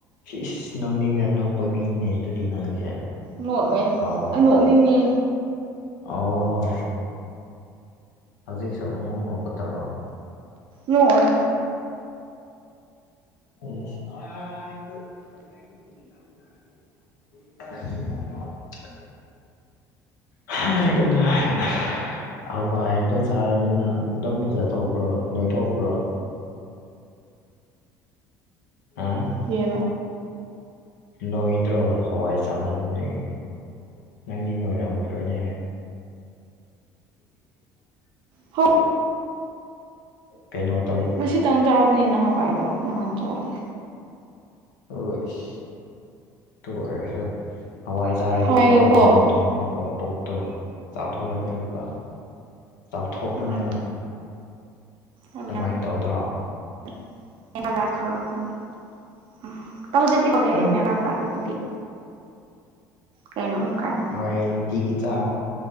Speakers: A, on the left; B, on the right.
A: ꯁꯤꯁ ꯅꯣꯛꯅꯤꯡꯗ ꯅꯣꯛꯄ ꯃꯤꯅꯤꯅꯦ ꯑꯗꯨꯗꯤ ꯅꯪꯁꯦ
B: ꯅꯣꯛꯔꯦ
A: ꯀꯣ
B: ꯑꯩ ꯅꯣꯛꯅꯤꯡꯉꯦ
A: ꯑꯣ ꯍꯧꯖꯤꯛꯁꯨ ꯑꯃꯨꯛ ꯅꯣꯛꯀꯗꯔꯣ?
B: ꯅꯣꯛꯑꯣꯢ
A: ꯏꯤꯁ ꯑꯥꯏꯇ ꯅꯪꯅꯩ ꯀꯨꯝ ꯄꯥꯔꯤ ꯔꯕꯝ ꯀꯨꯝꯅ ꯑꯇꯣꯡ <unintelligible> ꯍꯥꯏ ꯀꯠ <unintelligible> ꯍꯋꯥꯏꯗꯣ ꯆꯥꯔꯕꯅꯤꯅ ꯑꯗꯨꯝ ꯐꯖꯊꯣꯛꯄ꯭ꯔꯣ ꯅꯣꯏꯊꯣꯛꯄ꯭ꯔꯣ? <inaudible> ꯑꯣ
B: ꯀꯩꯌꯦꯕ
A: ꯅꯣꯏꯗ꯭ꯔꯣ ꯍꯋꯥꯏ ꯆꯥꯃꯟꯕꯒꯤ ꯅꯪꯗꯤ ꯅꯣꯏꯔꯝꯈꯤꯔꯣꯏꯅꯦ <inaudible>
B: ꯍꯣ
A: ꯀꯩꯅꯣ ꯇꯧꯏ
B: ꯉꯁꯤꯇꯪ ꯆꯥꯕꯅꯤꯅ ꯍꯋꯥꯏꯗꯣ ꯅꯍꯥꯟ ꯆꯥꯗꯦ
A: ꯑꯣꯁ ꯑꯗꯨ ꯑꯣꯏꯔꯁꯨ ꯍꯋꯥꯏ ꯆꯥꯔꯗꯤꯀꯣ
B: ꯍꯋꯥꯏꯒꯀꯣ
A: ꯌꯥꯝ ꯅꯣꯏꯊꯣꯛ <unintelligible> ꯄꯨꯛꯇꯣ ꯆꯥꯊꯣꯛ <unintelligible> ꯆꯥꯎꯊꯣꯛꯄꯅꯦꯕ
B: ꯎꯝ ꯑꯩ ꯃꯌꯥꯝ
A: ꯑꯗꯨꯃꯥꯏ ꯇꯧꯗ꯭ꯔꯣ
B: <unintelligible> <unintelligible>
A: ꯎꯝ
B: ꯀꯩꯅꯣ ꯎꯝ ꯀꯥꯏꯅ
A: ꯍꯣꯏ ꯅꯨꯡꯇꯤꯒꯤ ꯆꯥꯋꯣ